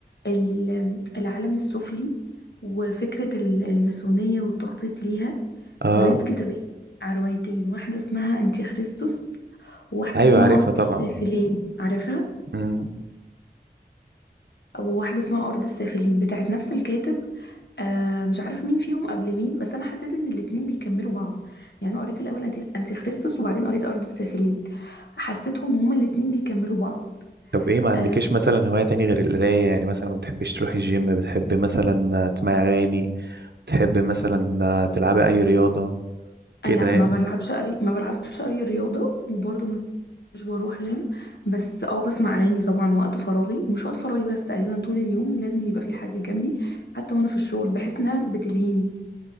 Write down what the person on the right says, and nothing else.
اه
أيوة
عارفها
طبعا
مم.
طب ايه ما عندكيش
مثلا هواية تاني غير القراية يعني مثلا ما بتحبيش تروحي الجيم بتحبي مثلا تسمعي أغاني تحب مثلا تلعبي اي رياضة كده
يعني